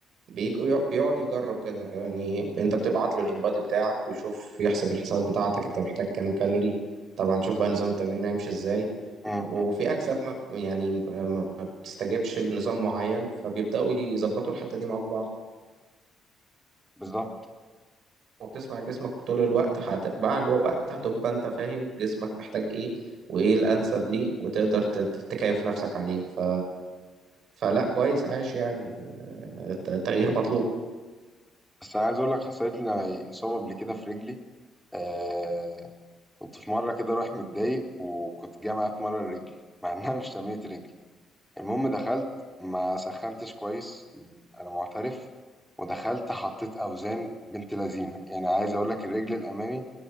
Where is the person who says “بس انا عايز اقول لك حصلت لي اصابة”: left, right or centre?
Centre